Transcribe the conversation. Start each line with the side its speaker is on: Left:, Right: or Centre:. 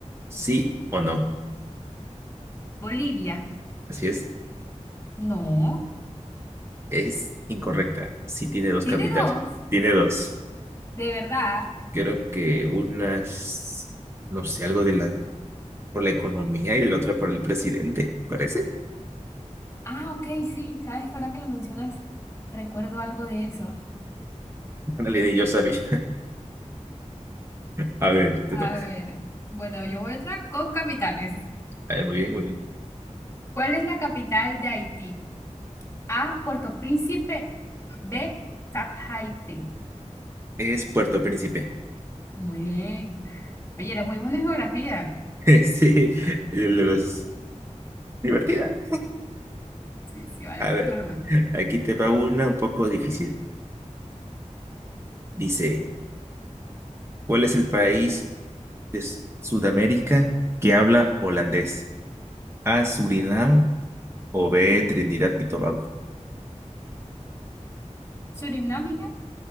Right: ¿Sí o no?
Left: Bolivia.
Right: Así es.
Left: No.
Right: Es incorrecta. Sí tiene dos
Left: Tiene
Right: capitales.
Left: dos,
Right: Tiene dos.
Left: de verdad.
Right: <laughs> Creo que unas, no sé, algo de la, por la economía y la otra por el presidente, parece.
Left: Ah, ok, sí, sabes que ahora que lo mencionas, recuerdo algo de eso.
Right: Ándale, ni yo sabía. A ver, te
Left: A
Right: toca.
Left: ver, bueno, yo voy otra con capitales.
Right: A ver, muy bien, muy bien.
Left: ¿Cuál es la capital de Haití? A, Puerto Príncipe, B, Cap Haití.
Right: Es Puerto Príncipe.
Left: Muy bien. Oye, eres muy buena en geografía.
Right: <laughs> Sí, los... divertida.
Left: Sí, sí, vale,
Right: A
Left: tu
Right: ver,
Left: turno.
Right: aquí te va una un poco difícil. Dice, ¿cuál es el país de S- Sudamérica que habla holandés? A, Surinam o B, Trinidad y Tobago.
Left: ¿Surinam y qué?